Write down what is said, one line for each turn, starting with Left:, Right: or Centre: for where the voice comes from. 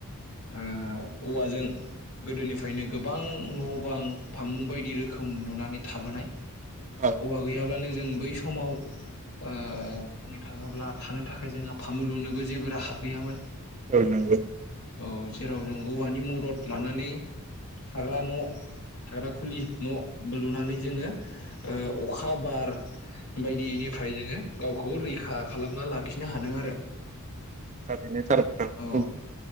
Left: ओ औवाजों गोदोनिफ्रायनो गोबां न' बां फामुं बायदि रोखोम लुनानै थाबोनाय
Right: औ
Left: औवा गैयाब्लानो जों बै समाव ओ बुंनो थाङोब्ला थानो थाखाय जोंहा फामु लुनोबो जेबो राहा गैयामोन।
Right: औ नंगौ।
Left: औ जेराव जों औवानि मदद लानानै थाग्रा न' थाग्रा खुलि न' लुनानै जोङो ओ अखा बार बायदिनिफ्राय जोङो गावखौ रैखा खालामना लाखिनो हादों आरो।
Right: थारैनो थार बाथ्राखौनो
Left: औ
Right: बुंदों।